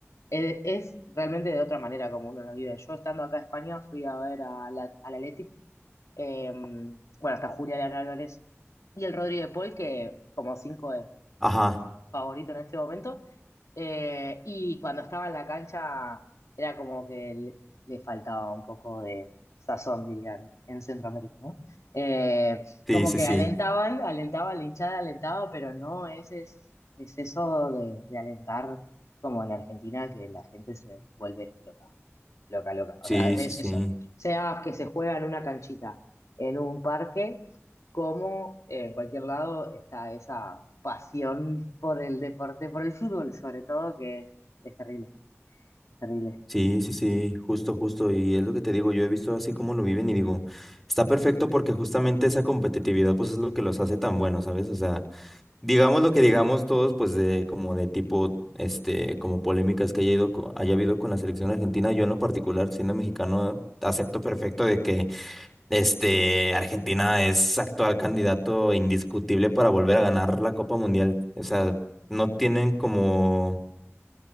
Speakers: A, on the left (about 85°); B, in the centre.
A: es, es realmente de otra manera como uno lo vive. Yo estando acá en España fui a ver a la- al Athletic, eh, bueno, hasta Julián Álvarez y el Rodríguez Paul, que como cinco
B: ajá,
A: favorito en este momento. Eh, y cuando estaba en la cancha era como que le, le faltaba un poco de sazón, dirían, en Centroamérica, ¿no? Eh,
B: sí,
A: como
B: sí,
A: que
B: sí.
A: alentaban, alentaban, la hinchada alentaba, pero no, es es, es eso de, de alentar como en Argentina que la gente se vuelve loca. Loca, loca.
B: Sí,
A: O sea, es
B: sí, sí,
A: eso. Sea que se juega en una canchita, en un parque, como en cualquier lado está esa pasión por el deporte, por el fútbol sobre todo, que es terrible, es terrible.
B: sí, sí, sí, justo, justo. Y es lo que te digo, yo he visto así como lo viven y digo, está perfecto porque justamente esa competitividad pues es lo que los hace tan buenos, ¿sabes? O sea, digamos lo que digamos todos pues de como de tipo, este, como polémicas que haya ido, co- haya habido con la selección argentina, yo en lo particular siendo mexicano acepto perfecto de que este Argentina es actual candidato indiscutible para volver a ganar la Copa Mundial. O sea, no tienen como...